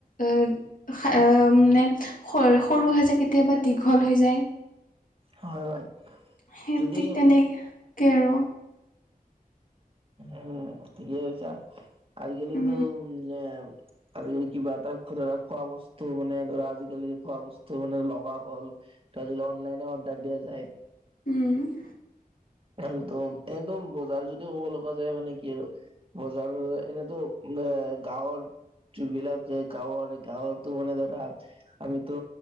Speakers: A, on the left (about 60°); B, on the right (about 35°).
A: এ এ মানে স সৰু হৈ যায় কেতিয়াবা দীঘল হৈ যায়
B: হয় হয়
A: সেই
B: যদি
A: ঠিক তেনেক কে আৰু
B: উম ঠিকেই কৈছা আজি কালিতো
A: উম
B: উ নে আজিকালি কিবা এটা ধৰা খোৱা বস্তু মানে ধৰা আজিকালি খোৱা বস্তু মানে লগা হ'ল ত আজি কালি অনলাইনে অৰ্ডাৰ দিয়া যায়
A: উম
B: আৰু দম এইদম বজাৰ যদিও ক'ব লগা যায় মানে কি আৰু বজাৰ চজাৰ এনেতো নে গাঁৱৰ যিবিলাকে গাঁৱৰ গাঁৱৰতো মানে ধৰা আমিতো